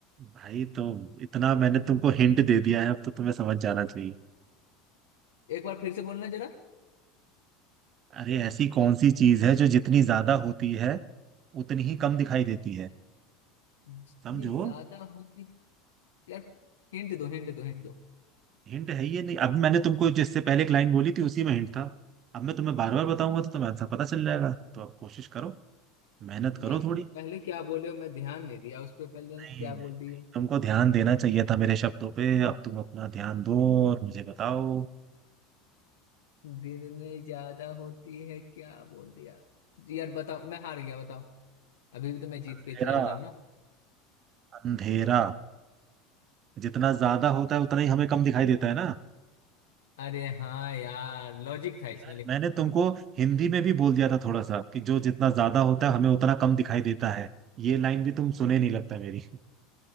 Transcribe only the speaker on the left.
एक बार फिर से बोलना जरा
जितनी
ज्यादा होती यार हिंट दो हिंट दो हिंट दो
यार
तुम पहले क्या बोले हो मैं ध्यान नहीं दिया उस पर पहले
क्या
बोल दिया
दिन में ज्यादा होती है क्या बोल दिया जी यार बताओ मैं हार गया बताओ अभी भी तो मैं जीत
के चल रहा हूँ ना
अरे हाँ यार लॉजिक था
इसमें लेकिन